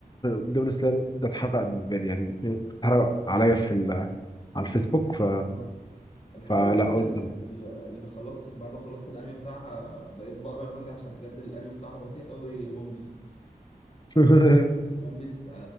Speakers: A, on the left (about 25°); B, on the left (about 45°).
A: ديمون سلاير ده اتحرق بالنسبه لي يعني اتحرق عليا في ال... على الفيسبوك ف...
B: اه الحاجه
A: فلا
B: الوحيده
A: قلت
B: ال- ال- اللي خلاص بعد ما خلصت الانمي بتاعها بقيت بقرا المانجا عشان بجد الانمي بتاعها بطيء قوي وان بيس
A: <laughs>
B: وان بيس